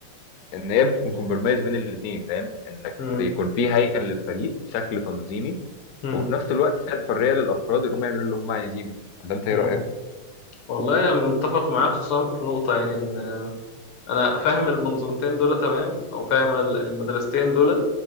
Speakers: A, on the left (about 70°); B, on the left (about 80°).
A: ان هي بتكون كومبرمايز بين الاثنين فاهم انك
B: مم.
A: يكون في هيكل للفريق شكل تنظيمي
B: مم.
A: وفي نفس الوقت فيها الحريه للافراد انهم يعملوا اللي هم عايزينه ده انت ايه
B: مم.
A: رايك؟
B: والله أنا متفق معاك خصوصا في نقطة يعني إن أنا فاهم المنظومتين دول تمام أو فاهم ال- المدرستين دول